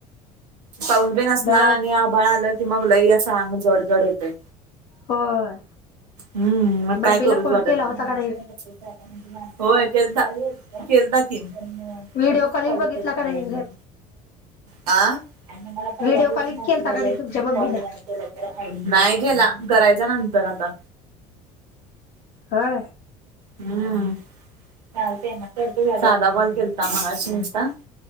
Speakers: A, on the right; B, on the left.
A: पाऊस बी असला
B: मग
A: आणि आभाळ आला कि मग लई असं. मग जड जड होते.
B: होय
A: हम्म मग काय
B: मम्मीला
A: करूच
B: फोन
A: वाटतं
B: केला होता
A: नाही
B: का
A: होय केलता की केलता की <unintelligible>
B: व्हिडिओ कॉलिंग बघितला का नाही
A: हा. <unintelligible>
B: व्हिडिओ कॉलिंग केलता का नाही तुमच्या मम्मीला
A: नाही केला करायचा नंतर आता.
B: हा.
A: हम्म चालतं साधा कॉल मगाशी नुसता <unintelligible>